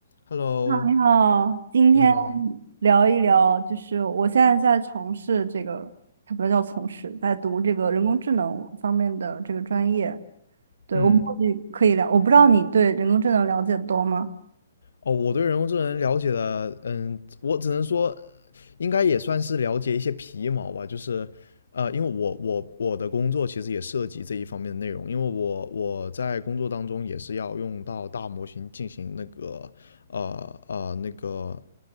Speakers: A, on the left; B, on the right.
A: Hello，
B: 你好，今天
A: 你好。
B: 聊一聊，就是我现在在从事这个，它不叫从事，在读这个人工智能方面的这个专业。对，
A: 嗯，
B: 我们或许可以聊，我不知道你对人工智能了解得多吗？
A: 哦，我对人工智能了解的，嗯，我只能说，应该也算是了解一些皮毛吧。就是，呃，因为我我我的工作其实也涉及这一方面的内容，因为我我在工作当中也是要用到大模型进行那个，呃呃，那个